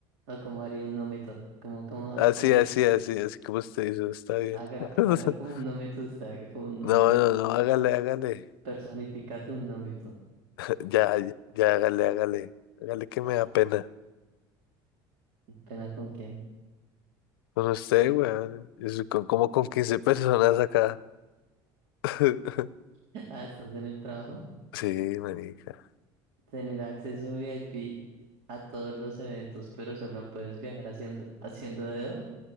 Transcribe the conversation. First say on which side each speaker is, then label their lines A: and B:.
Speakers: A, on the right; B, on the left.
A: o como haría un nómito, como, como
B: Así,
A: usted dice,
B: así, así, así como usted hizo, está bien.
A: haga,
B: <laughs>
A: haga como un nómito usted, haga como un nómito,
B: No, no, no, hágale, hágale.
A: personificate un nómito.
B: Ya, ya, ya, hágale, hágale. Hágale que me
A: Ah,
B: da pena.
A: ¿Pena con quién?
B: Con usted,
A: Con-
B: weón. Es con- como con 15 personas acá. <laughs>
A: <laughs> Ah, estás en el trabajo.
B: Sí, marica.
A: Tener acceso VIP a todos los eventos, pero solo puedes viajar haciendo, haciendo dedo.